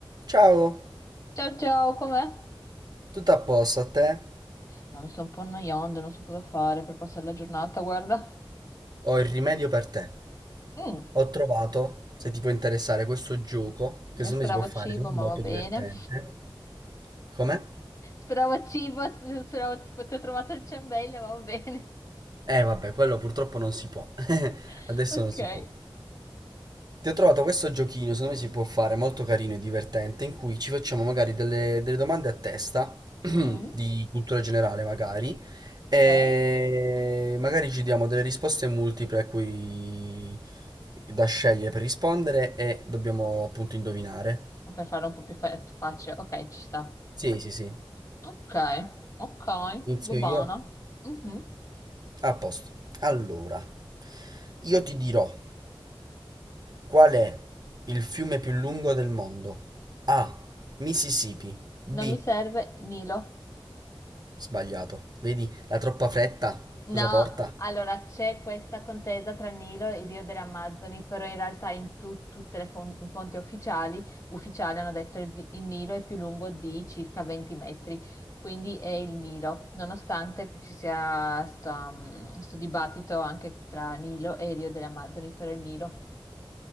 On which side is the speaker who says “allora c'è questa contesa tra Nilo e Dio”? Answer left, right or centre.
Left